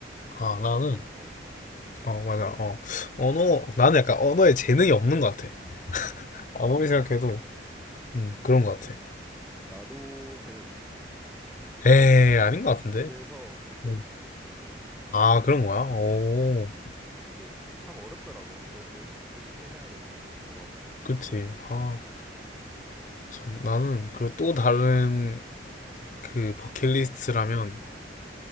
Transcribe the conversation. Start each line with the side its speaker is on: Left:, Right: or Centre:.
Left: 아,
Centre: 그래서
Left: 나는
Centre: 난 어,
Left: 어, 맞아. 어. 언어, 나는 약간 언어에 재능이 없는 것 같아.
Centre: 음,
Left: 아무리 생각해도, 음, 그런 것 같아.
Centre: 나도 재능 없어. <laughs>
Left: 에이, 아닌 것 같은데?
Centre: 그래서 버킷리스트를
Left: 음.
Centre: 하고 싶어 하는
Left: 아,
Centre: 거야.
Left: 그런 거야? 오,
Centre: 음, 이게 참 어렵더라고. 너무 열심히 열심히 해야 되는 것 같아. 뭐가 됐든지.
Left: 그치. 아,
Centre: 음,
Left: 참, 나는, 그 또 다른, 그, 버킷리스트라면,
Centre: 어,